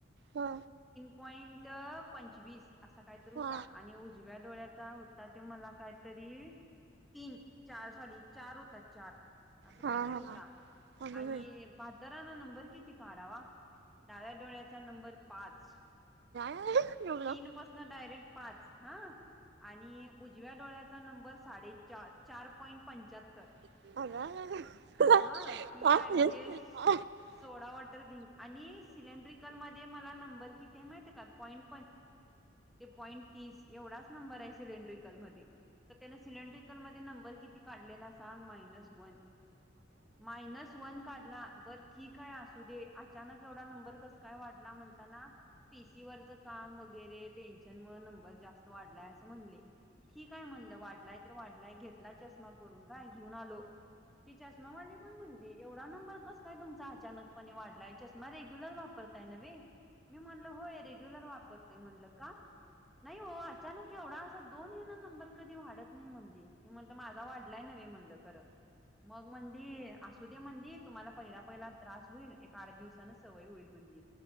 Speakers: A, on the right; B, in the centre.
A: हा
B: पॉईंट पंचवीस असा काय तर होता
A: हा
B: आणि उजव्या डोळ्याचा हो ता ते मला कायतरी तीन चार सॉरी चार होता चार असं काय
A: हा
B: तर होता
A: हा हा
B: आणि बहाद्दरान नंबर किती काढावा? डाव्या डोळ्याचा नंबर पाच
A: हो <unintelligible>
B: तीन पासन डायरेक्ट पाच हा आणि उजव्या डोळ्याचा नंबर साडेचार चार पॉइंट पंच्याहत्तर
A: आ
B: हा
A: <unintelligible>
B: ठीक आहे म्हणजे सोडा वॉटर बिंक आणि सिलेंड्रिकल मध्ये मला नंबर मा पंंट त एव <unintelligible> नंबर आहे माझा सिलेंडर मध्ये तर त्याने माझा नंबर कितवा काढेल असेल माहित नाही.. नस वन मायनस वन काढला बरं ठीक आहे असू दे अचानक एवढा नंबर कस काय वाढला? म्हणताना पीसी वरच काम वगैरे टेन्शन मुळे नंबर जास्त वाढलाय असं म्हणले. ठीकय म्हणलं वाढलाय तर वाढलाय घेतला चष्मा करून काय घेऊन आलो ती चष्मा वाली पण म्हणली एव्हढा नंबर कस काय तुमचा अचानकपणे वाढलाय चष्मा रेग्युलर वापरताय नव्हे मी म्हणलं होतं. रेग्युलर वापरतोय म्हणलं का? नाही ओ अचानक एव्हढा दोन हे नंबर कधी वाढत नाही म्हणली मी म्हणलं माझा वाढलाय नव्हे म्हणलं खरं मग म्हणली असू दे म्हणली तुम्हाला पहिला पहिला त्रास होईल एक आठ दिवसान सवय होईल म्हणली